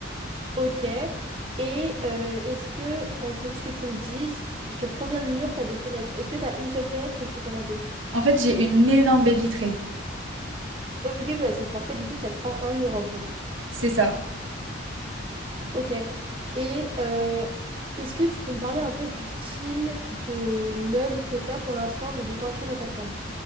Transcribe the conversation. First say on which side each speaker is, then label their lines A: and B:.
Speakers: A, on the right; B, on the right.
A: Ok. Et euh, est-ce que, enfin il faut juste que tu me dises sur combien de murs tu as des fenêtres. Est-ce que tu as une seule fenêtre ou est-ce que tu en as deux?
B: En fait, j'ai une énorme baie vitrée.
A: Ok, bah c'est parfait, du coup ça te prend un mur en gros.
B: C'est ça.
A: Ok. Et euh, est-ce que tu peux me parler un peu du style de meubles que tu as pour l'instant de décoration dans ta chambre?